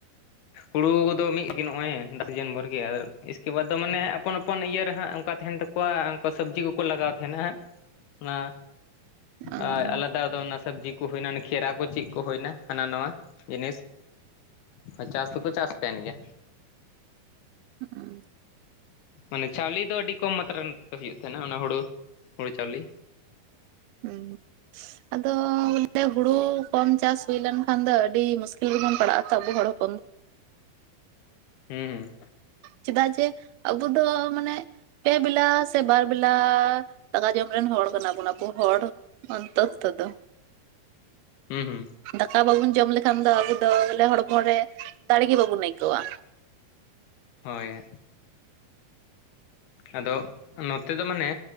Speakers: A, on the left (about 85°); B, on the right (about 85°).
A: ᱦᱩᱲᱩ ᱠᱚᱫᱚ ᱢᱤᱫ ᱜᱮ ᱱᱚᱜ-ᱚᱭ ᱫᱚ ᱥᱤᱡᱚᱱ ᱵᱷᱚᱨ ᱜᱮ ᱟᱨ ᱤᱥᱠᱮ ᱵᱟᱫᱽ ᱫᱚ ᱢᱟᱱᱮ ᱟᱯᱚᱱ ᱟᱯᱚᱱ ᱤᱭᱟᱹᱨ ᱨᱮ ᱦᱟᱸᱜ ᱚᱱᱠᱟ ᱛᱟᱦᱮᱱ ᱛᱟᱠᱚᱣᱟ, ᱠᱚᱣᱟᱜ ᱩᱱᱠᱟ ᱥᱚᱵᱽᱡᱤ ᱠᱚᱠᱚ ᱞᱟᱜᱟᱣ ᱛᱟᱦᱮᱱᱟ, ᱚᱱᱟ
B: ᱦᱮᱸ
A: ᱟᱨ ᱟᱞᱟᱫᱟ ᱫᱚ ᱚᱱᱟ ᱥᱚᱵᱽᱡᱤ ᱠᱚ ᱦᱩᱭᱱᱟ ᱠᱷᱨᱟ ᱠᱚ ᱪᱮᱫ ᱠᱚ ᱦᱩᱭᱱᱟ ᱦᱟᱱᱟ ᱱᱟᱣᱟ ᱡᱤᱱᱤᱥ ᱦᱳᱭ ᱪᱟᱥ ᱫᱚᱠᱚ ᱪᱟᱥ ᱛᱟᱦᱮᱱ ᱜᱮᱭᱟ᱾
B: ᱦᱩᱸ
A: ᱢᱟᱱᱮ ᱪᱟᱣᱞᱮ ᱫᱚ ᱟᱹᱰᱤ ᱠᱚᱢ ᱢᱟᱛᱨᱟ ᱦᱩᱭᱩᱜ ᱛᱟᱦᱮᱱᱟ ᱚᱱᱟ ᱦᱩᱲᱩ, ᱦᱩᱲᱩ ᱪᱟᱣᱞᱮ᱾
B: ᱦᱩᱸ ᱟᱫᱚ ᱵᱚᱞᱮ ᱦᱩᱲᱩ ᱠᱚᱢ ᱪᱟᱥ ᱦᱩᱭ ᱞᱱᱠᱷᱟᱱ ᱫᱚ ᱟᱹᱰᱤ ᱢᱩᱥᱠᱤᱞ ᱨᱮᱵᱚᱱ ᱯᱟᱲᱟᱜ-ᱟ ᱛᱚ ᱟᱵᱚ ᱦᱚᱲ <inaudible>
A: ᱦᱩᱸ
B: ᱪᱮᱫᱟᱜ ᱡᱮ ᱟᱵᱚ ᱫᱚ ᱢᱟᱱᱮ ᱯᱮ ᱵᱮᱞᱟ ᱥᱮ ᱵᱟᱨ ᱵᱮᱞᱟ ᱫᱟᱠᱟ ᱡᱚᱢ ᱨᱮᱱ ᱦᱚᱲ ᱠᱟᱱᱟ ᱵᱩᱱ ᱟᱵᱚ ᱦᱚᱲ, <unintelligible> ᱛᱚ ᱫᱚ
A: ᱦᱩᱸ ᱦᱩᱸ
B: ᱫᱟᱠᱟ ᱵᱟᱵᱚᱱ ᱡᱚᱢ ᱞᱮᱠᱷᱟᱱ ᱫᱚ ᱟᱵᱚ ᱫᱚ ᱵᱚᱞᱮ ᱦᱚᱲᱢᱚ ᱨᱮ ᱫᱟᱲᱮᱜ ᱜᱮ ᱵᱟᱵᱚᱱ ᱟᱹᱭᱠᱟᱹᱣᱟ᱾
A: ᱦᱳᱭ᱾
B: <unintelligible>
A: ᱟᱫᱚ ᱱᱚᱛᱮ ᱫᱚ ᱢᱟᱱᱮ